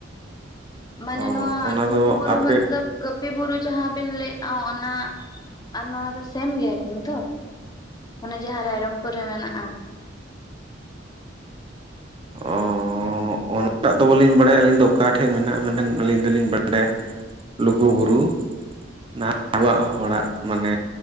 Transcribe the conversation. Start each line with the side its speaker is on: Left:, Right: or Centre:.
Left: ᱢᱟᱱᱮ
Right: ᱚ
Left: ᱱᱚᱣᱟ
Right: ᱚᱱᱟ
Left: ᱞᱩᱜᱩᱵᱩᱨᱩ
Right: ᱫᱚ ᱟᱯᱮ
Left: ᱢᱚᱛᱞᱚᱵ ᱠᱟᱹᱯᱤ ᱵᱩᱨᱩ ᱡᱟᱦᱟᱸ ᱵᱤᱱ ᱞᱟᱹᱭᱮᱫᱼᱟ ᱚᱱᱟ ᱟᱨ ᱱᱚᱣᱟ ᱫᱚ ᱥᱮᱢ ᱜᱮᱭᱟ ᱠᱤᱱ ᱛᱚ ᱚᱱᱮ ᱡᱟᱦᱟᱸ ᱨᱟᱭᱨᱚᱝᱯᱩᱨ ᱨᱮ ᱢᱮᱱᱟᱜᱼᱟ
Right: ᱚ ᱚᱱᱟᱴᱟᱜ ᱫᱚ ᱵᱟᱹᱞᱤᱧ ᱵᱟᱲᱟᱭᱟ ᱟᱹᱞᱤᱧ ᱫᱚ ᱚᱠᱟ ᱴᱷᱮᱡ ᱢᱮᱱᱟᱜᱼᱟ ᱢᱮᱱᱠᱷᱟᱱ ᱟᱹᱞᱤᱧ ᱫᱚᱞᱤᱧ ᱵᱟᱰᱟᱭᱟ ᱞᱩᱜᱩᱵᱩᱨᱩ ᱱᱟᱦᱟᱜ ᱟᱵᱚᱣᱟᱜ ᱦᱚᱲᱟᱜ ᱢᱟᱱᱮ